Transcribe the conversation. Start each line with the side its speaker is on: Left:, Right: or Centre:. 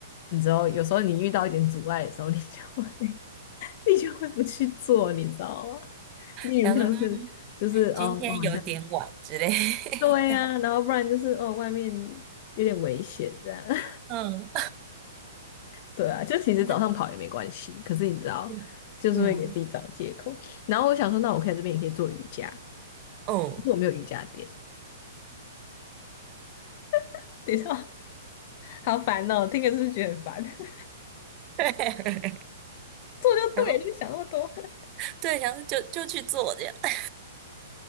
Left: 你知道，有时候你遇到一点阻碍的时候，你就会 <laughs> 你就会不去做，你知道吗？例如像是就是哦，
Right: 想说嗯，今天有点晚之类
Left: 我好像对呀、
Right: 的。
Left: 然后不然就是哦，外面有点危险这样，<laughs>
Right: <laughs> 嗯，
Left: 对啊，就其实早上跑也没关系，
Right: 真的
Left: 可是你知道，
Right: 很嗯嗯
Left: 就是会给自己找借口。然后我想说，那我可以在这边也可以做瑜伽，
Right: 嗯，
Left: 可是我没有瑜伽垫，<laughs> 你知道，好烦哦，听着是不是觉得很烦？<laughs>
Right: 对，<laughs>
Left: 做就对了，
Right: 想说
Left: 就想那么多。<laughs>
Right: 对，想说就就去做这样。<laughs>